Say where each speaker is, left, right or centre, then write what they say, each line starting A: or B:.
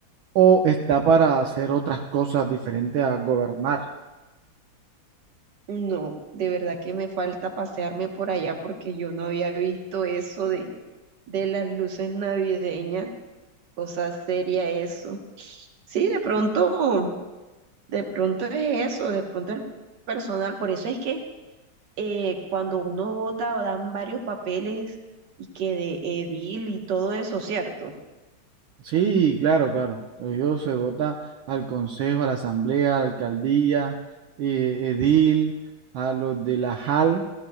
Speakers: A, on the right; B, on the right.
A: o está para hacer otras cosas diferentes a gobernar.
B: No, de verdad que me falta pasearme por allá porque yo no había visto eso de de las luces navideñas, cosa seria eso. Sí, de pronto, de pronto es eso, de pronto el personal, por eso es que eh, cuando uno vota dan varios papeles y que de edil y todo eso, ¿cierto?
A: Sí, claro, claro. Ellos se vota al consejo, a la asamblea, a la alcaldía, eh, edil, a los de la JAL,